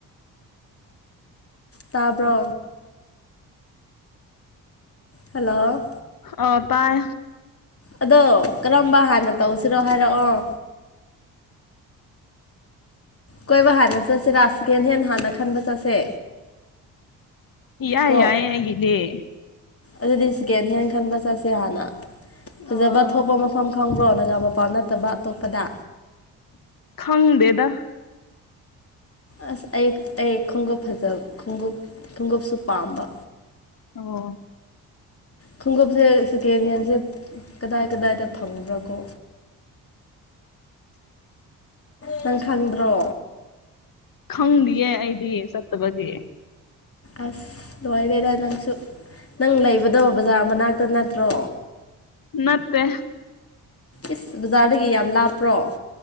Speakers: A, on the left (about 30°); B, on the left (about 50°).
A: ꯇꯥꯕ꯭ꯔꯣ ꯍꯜꯂꯣ
B: ꯑ ꯇꯥꯏ
A: ꯑꯗꯣ ꯀꯔꯝꯕ ꯍꯥꯟꯅ ꯇꯧꯁꯤꯔꯣ ꯍꯥꯏꯔꯛꯑꯣ ꯀꯣꯏꯕ ꯍꯥꯟꯅ ꯆꯠꯁꯤꯔꯥ ꯁꯦꯀꯦꯟ ꯍꯦꯟ ꯍꯥꯟꯅ ꯈꯟꯕ ꯆꯠꯁꯦ
B: ꯌꯥꯏ
A: ꯀꯣ
B: ꯌꯥꯏ ꯍꯥꯏꯒꯅꯤꯦ
A: ꯑꯗꯨꯗꯤ ꯁꯦꯀꯦꯟ ꯍꯦꯟ ꯈꯟꯕ ꯆꯠꯁꯦ ꯍꯥꯟꯅ ꯐꯖꯕ
B: ꯑꯣ
A: ꯊꯣꯛꯄ ꯃꯐꯝ ꯈꯪꯕ꯭ꯔꯣ ꯅ ꯒꯥ ꯃꯄꯥ ꯅꯠꯇꯕ ꯑꯇꯣꯞꯄꯗ
B: ꯈꯪꯗꯦꯗ
A: ꯑꯁ ꯑꯩ ꯑꯩ ꯈꯣꯡꯎꯞ ꯐꯖꯕ ꯈꯣꯡꯎꯞ ꯈꯣꯡꯎꯞꯁꯨ ꯄꯥꯝꯕ
B: ꯑꯣ
A: ꯈꯣꯡꯎꯞꯁꯦ ꯁꯦꯀꯦꯟ ꯍꯦꯟꯁꯦ ꯀꯗꯥꯏ ꯀꯗꯥꯏꯗ ꯐꯪꯕ꯭ꯔꯥ ꯀꯣ ꯅꯪ ꯈꯪꯗ꯭ꯔꯣ
B: ꯈꯪꯗꯤꯌꯦ ꯑꯩꯗꯤ ꯆꯠꯇꯕꯒꯤ
A: ꯑꯁ ꯂꯣꯏꯕꯦꯔ ꯅꯪꯁꯨ ꯅꯪ ꯂꯩꯕꯗꯣ ꯕꯖꯥꯔ ꯃꯅꯥꯛꯇ ꯅꯠꯇ꯭ꯔꯣ
B: ꯃꯠꯇꯦ
A: ꯏꯁ ꯕꯖꯥꯔꯗꯒꯤ ꯌꯥꯝ ꯂꯥꯞꯄ꯭ꯔꯣ